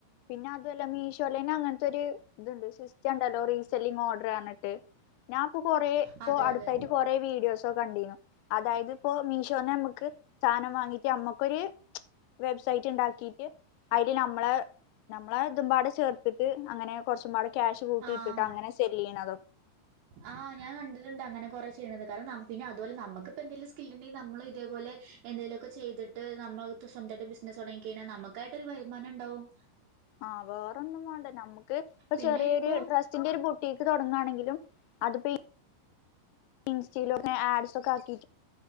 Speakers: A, on the left; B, on the right.
A: പിന്നെ അതുല്ല മീഷോലേന്നെ അങ്ങനത്തെ ഒരു ഇതുണ്ട് സിസ്റ്റം ഉണ്ടല്ലോ റിസെല്ലിങ് ഓർഡർ. ന്നിട്ട്. ഞാൻ ഇപ്പൊ കൊറേ
B: അതെ
A: ഇ അടുത്തായിട്ട്
B: അതെ
A: കൊറേ വീഡിയോസ് കണ്ടിന്നു അതായത് ഇപ്പോ മീഷോന്ന് നമ്മുക്ക് സാധനം വാങ്ങിട്ട് നമ്മുക്കൊരു വെബ് സൈറ്റ് ഇണ്ടാക്കിട്ട് അതില് നമ്മളെ നമ്മളെ ഇതുപാടെ ചേർത്തിട്ട് അങ്ങനെ കുറച്ചും പാ ക്യാഷ് കൂട്ടിയിട്ട്
B: ആഹ്
A: അങ്ങനെ സെല്ല് ചെയ്യണ
B: ആഹ് ഞാൻ കണ്ടിട്ടുണ്ട അങ്ങനെ ചെയ്യണന്നെ അതുവല്ല നമുക്കിപ്പോ എന്തെങ്കിലും സ്ണ്ടെങ്ക നമ്മ ഇതേപോലെ എന്തെലുമെ ചെയ്തിട്ട് <unintelligible> നമ്മ സ്വന്തമായിട്ട് ബിസിനസ് തുടങ്ങി കഴിഞ്ഞൽ നമുക്കായിട്ട് ഒരു വരുമാനിണ്ടാവും.
A: ആഹ് വേറൊന്നും വേണ്ട നമ്മുക്ക് ഇപ്പ
B: പിന്നെ
A: ചെറിയൊരു
B: ഇപ്പോ
A: ഡ്രസ്സിന്റെ ഒരു ബു ടങ്ങയാണെങ്കിലും അതിപ്പോ ഇൻസ്റ്റയിലെ ആഡസ് ഒക്കെ ആക്കി